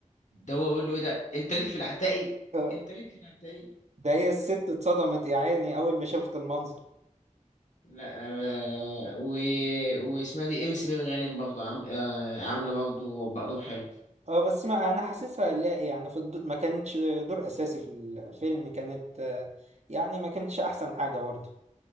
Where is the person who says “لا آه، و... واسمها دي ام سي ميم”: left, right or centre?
Left